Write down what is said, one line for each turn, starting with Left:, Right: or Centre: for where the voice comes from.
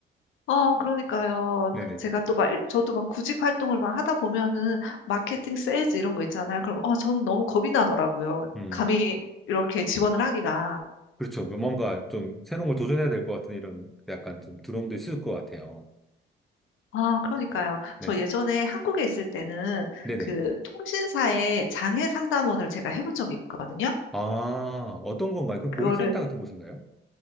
Left: 어, 그러니까요.
Centre: <laughs> 네네네.
Left: 제가 또 막, 저도 막 구직 활동을 막 하다 보면은 마케팅 세일즈 이런 거 있잖아요. 그럼, 어, 저는 너무 겁이 나더라고요.
Centre: 음.
Left: 감히 이렇게 지원을 하기가.
Centre: 그렇죠. 그 뭔가 좀 새로운 걸 도전해야 될 것 같은 이런 약간 좀 두려움도 있을 것 같아요.
Left: 아, 그러니까요.
Centre: 네네.
Left: 저 예전에 한국에 있을 때는
Centre: 네네.
Left: 그 통신사의 장애 상담원을 제가 해본 적이 있거든요.
Centre: 아, 어떤 건가요? 그럼
Left: 그거를
Centre: 고객센터 같은 곳인가요?